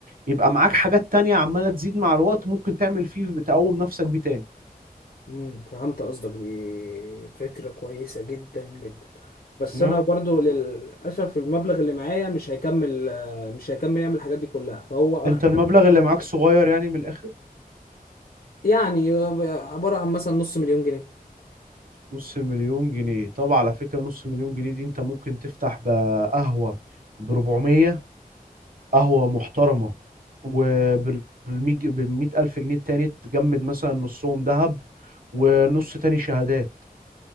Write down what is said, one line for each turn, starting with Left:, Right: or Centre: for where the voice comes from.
Right: يبقى معاك حاجات تانية عمالة تزيد مع الوقت ممكن تعمل فيه بتقوم نفسك بيه تاني
Left: امم فهمت قصدك دي فكرة كويسة جدا جدا بس
Right: اه
Left: انا برضو للاسف المبلغ اللي معايا مش هيكمل آه، مش هيكمل يعمل الحاجات دي كلها فهو
Right: انت
Left: اخر
Right: المبلغ
Left: حاجة
Right: اللي معاك صغير يعني من الاخر
Left: يعني عبارة عن مثلا نص مليون جنيه
Right: نص مليون جنيه طب على فكرة نص مليون جنيه دي انت ممكن تفتح بقهوة ب 400 قهوة محترمة وبال 100 ألف جنيه التاني تجمد مثلا نصهم ذهب ونص تاني شهادات